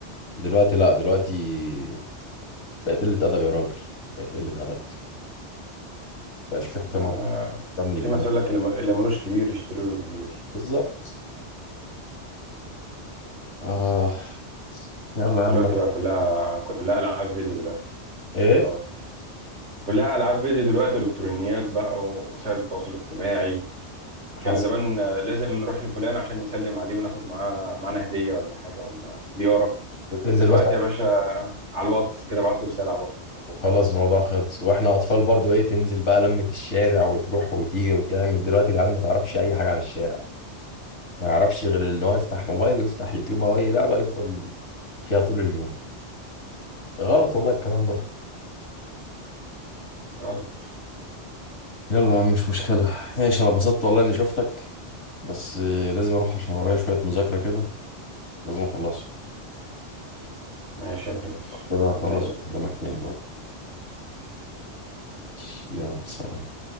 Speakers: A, on the left; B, on the right.
A: دلوقتي لا دلوقتي بقت قلة أدب يا راجل بقت قلة أدب مبقاش في احترام
B: لا ما...
A: احترام للجيل
B: في مثل يقول لك اللي ما- اللي ملوش كبير يشتروا له كبير
A: بالظبط آه يلا يا
B: دلوقتي
A: عم
B: بقى كلها كلها ألعاب فيديو دلوقتي
A: إيه
B: خلاص كلها ألعاب فيديو دلوقتي وإلكترونيات بقى ووسائل التواصل الاجتماعي
A: حصل
B: كان زمان آه، لازم نروح لفلان عشان نسلم عليه وناخد معاه معانا هدية ولا حاجة ولا زيارة
A: وتنزل
B: دلوقتي
A: مثلا
B: يا باشا على الواتس كده ابعت له رسالة على الواتس وخلاص
A: خلاص الموضوع خلص واحنا اطفال برضو ايه تنزل بقى لمة الشارع وتروح وتيجي وتعمل دلوقتي العيال ما تعرفش اي حاجة عن الشارع ما يعرفش غير ان هو يفتح موبايل ويفتح يوتيوب او اي لعبة يفضل فيها طول اليوم غلط والله الكلام ده
B: غلط
A: يلا يا عم مش مشكلة ماشي انا اتبسطت والله اني شفتك بس آه، لازم اروح عشان ورايا شوية مذاكرة كده لازم اخلصها
B: ماشي يا برنس
A: كده هخلص
B: ربنا يعينك
A: وأكلمك تاني برضه ماشي، يلا سلام